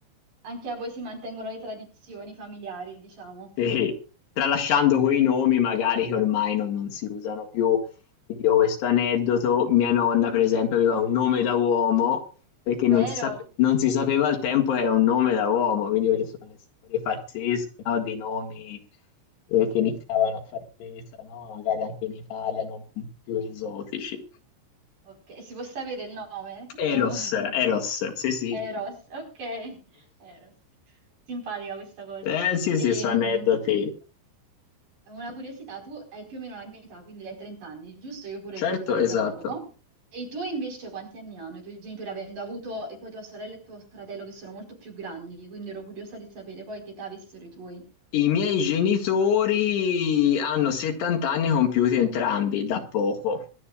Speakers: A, on the right; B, on the left.
A: anche a voi si mantengono le tradizioni familiari, diciamo.
B: Sì.
A: <laughs>
B: Tralasciando quei nomi, magari che ormai non, non si usano più. Ti dico questo aneddoto: mia nonna, per esempio, aveva un nome da uomo perché
A: Vero?
B: non si, sape- non si sapeva al tempo che era un nome da uomo. Quindi, quelle sono le storie pazzesche, no? Di nomi eh, che iniziavano a far presa, no? Magari anche in Italia, non più esotici.
A: Ok, si può sapere il nome?
B: Eros,
A: Oh.
B: Eros, sì, sì.
A: Eros, ok, Eros. Simpatica questa cosa.
B: Eh, sì,
A: Ehm,
B: sì, sono aneddoti.
A: una curiosità, tu hai più o meno la mia età, quindi hai 30 anni, giusto? Io pure
B: Certo,
A: li devo fare
B: esatto.
A: tra poco. E i tuoi invece quanti anni hanno? I tuoi genitori avendo avuto, e poi tua sorella e tuo fratello che sono molto più grandi, quindi ero curiosa di sapere poi che età avessero i tuoi.
B: I miei genitori hanno 70 anni compiuti entrambi da poco,